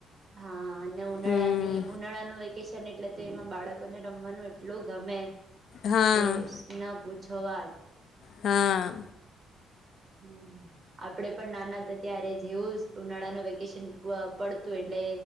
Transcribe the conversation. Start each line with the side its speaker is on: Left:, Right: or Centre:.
Right: હા અને ઉનાળાની
Left: હમ
Right: ઉનાળાનું વેકે વેકેશન એટલે તો એમાં બાળકોને રમવાનું એટલું ગમે.
Left: હા
Right: કે ન પુછો છો વાત.
Left: હા.
Right: હમ્મ. આપડે પણ નાના હતા ત્યારે જેવું ઝ ઉનાળાનું વેકેશન પઅ-પડતું એટલે